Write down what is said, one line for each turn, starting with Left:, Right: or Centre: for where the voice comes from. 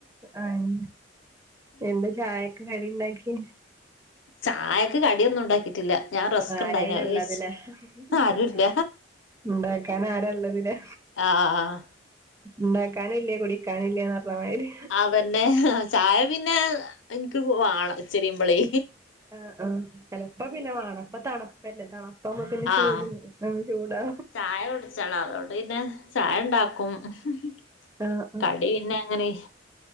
Right: ആഹ് എന്താ ചായക്ക് കടിണ്ടാക്കി
Left: ചായക്ക് കടിയൊന്നും ഉണ്ടാക്കിട്ടില്ല ഞാൻ റസ്ക്
Right: ആരയ്നുള്ളതിലേ
Left: ഉണ്ടായിന് അത് കഴിച്ച്
Right: ഉണ്ടാക്കൻ
Left: ആരുല്ല
Right: ഇണ്ടാക്കാൻ ആരള്ളത് ലെ
Left: ആഹ് ആഹ് ആഹ്
Right: ണ്ടാകാനില്ലേ കുടിക്കാനില്ലേന്നർഞ്ഞ മാതിരി
Left: അതന്നെ ആഹ് ചായ പിന്നെ ഇൻക്ക് വാണം ഉച്ചരിമ്പോളേ
Right: ആഹ് ആഹ് ചിലപ്പോ പിന്നെ വാണം തണുപ്പല്ലേ തണുപ്പാമ്പോ പിന്നെ
Left: ആഹ്
Right: ചൂടി ഉം ചൂടാ
Left: ചായ കുട്ച്ചണം അതോട് പിന്നെ ചായണ്ടാക്കും ഉഹ് ഉഹ്
Right: ആഹ്
Left: കടി പിന്നെങ്ങനെയ്